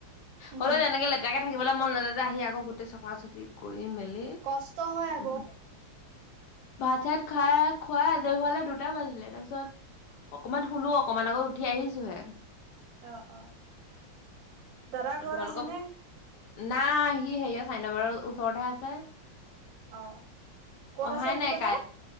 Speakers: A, on the right; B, on the left.
A: উম।
B: হ'লেও তেনেকে লেতেৰাকে থাকিবলৈ মন নাযা যে আহি আকৌ গোটেই চফা চুফ কৰি মেলি
A: কষ্ট হয় আকৌ
B: উম ভাত চাত খাই খোৱা আজৈ খুৱালে দুটা বাজিলে তাৰপিছত অকমান শুলো অকমান আগত উঠি আহিছোহে
A: অ অ দৰা ঘৰ
B: তোমালোকক
A: আছে ন
B: নাই সি সেয় চাইনাবাৰৰ ওচৰতহে আছে
A: অ কত
B: অহাই
A: আছে বুলি
B: নাই
A: কলা
B: কাই